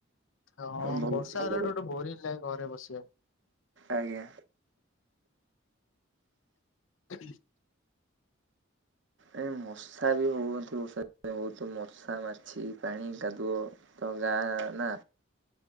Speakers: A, on the left (about 80°); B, on the right (about 65°).
A: ହଁ
B: ବହୁତ
A: ବର୍ଷା ହେଲାଠୁ ଗୋଟେ ବୋରିଂ ଲାଗେ ଘରେ ବସିବାକୁ।
B: ଆଜ୍ଞା।
A: କ
B: ଏ ମଶା ବି ହଉନାନ୍ତି ବର୍ଷା ଦିନେ। ବହୁତ ମର୍ଷା, ମାଛି, ପାଣି, କାଦୁଅ ତ ଗାଁ ନା।